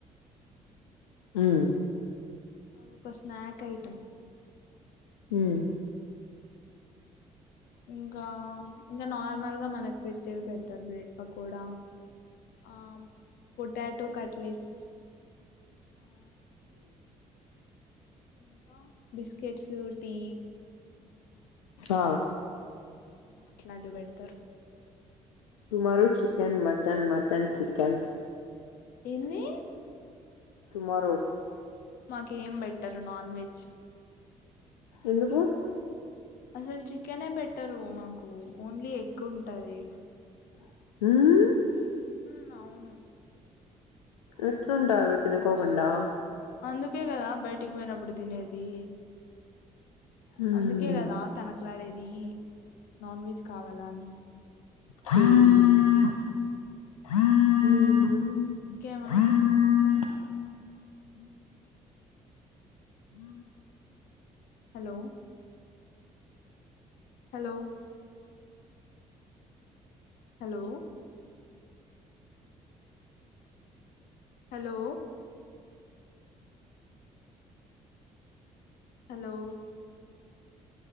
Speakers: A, on the left; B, on the left.
A: హు
B: అదొక స్నాక్ ఐటం
A: మ్
B: ఇంకా ఇంకా నార్మల్గా మనక్ పెట్టే పెడతారు బ్రెడ్ పకో పొడ ఆ పొటాటో కట్లెట్స్ ఆ ఇంకా బిస్కెట్స్, టీ
A: ఆ
B: ఆ అట్లాంటివి పెడ్తారు
A: tomorrow chicken, mutton, mutton chicken
B: ఏంది
A: టుమారో
B: మాకేం బెట్టరు నాన్ వెజ్ <inaudible>
A: ఎందుకు
B: అసలు చికెనే పెట్టరు మాకు ఓన్లీ ఎగ్ ఉంటది.
A: మ్
B: మ్ అవును.
A: ఎట్లుంటారు అవి తినకోకుండా
B: అందుకే కదా బయటికి పోయినప్పుడు తినేది
A: మ్మ్.
B: అందుకే కాదా తన ట్లాడేది నాన్ వెజ్ కావాలా అని
A: <inaudible> ఆ
B: ఇంకేమండి
A: అ హ
B: hello hello hello hello hello